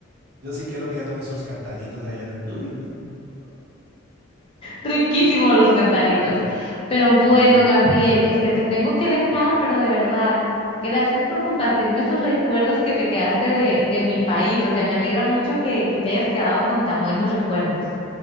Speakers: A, on the right; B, on the left.
A: yo sí quiero que ella tome sus cantaritos allá. Uy, no.
B: Riquísimos los cantaritos. Pero bueno,
A: Sí,
B: Gabriel, este, te tengo que dejar, pero de verdad, gracias por compartirme esos recuerdos que te quedaste de, de mi país. O sea, me alegra mucho que, que te hayas quedado con tan buenos recuerdos.